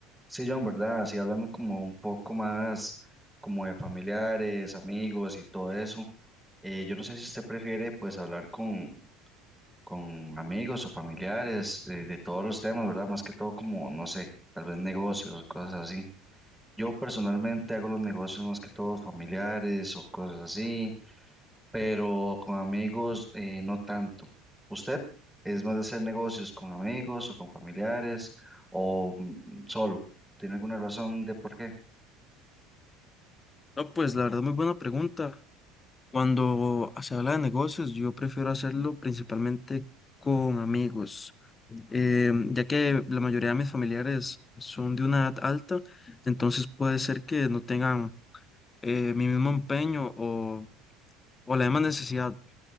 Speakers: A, in the centre; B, on the left.
A: Sí, John, ¿verdad? Así hablando como un poco más como de familiares, amigos y todo eso. eh, yo no sé si usted prefiere pues hablar con, con amigos o familiares de, de todos los temas, ¿verdad? Más que todo como, no sé, tal vez negocios, cosas así. Yo personalmente hago los negocios más que todos familiares o cosas así pero con amigos eh, no tanto. ¿Usted es más de hacer negocios con amigos o con familiares o mm, solo? ¿Tiene alguna razón de por qué?
B: No, pues la verdad, muy buena pregunta. Cuando se habla de negocios, yo prefiero hacerlo principalmente con amigos, eh, ya que la mayoría de mis familiares son de una edad alta, entonces puede ser que no tengan eh, mi mismo empeño o, o la misma necesidad.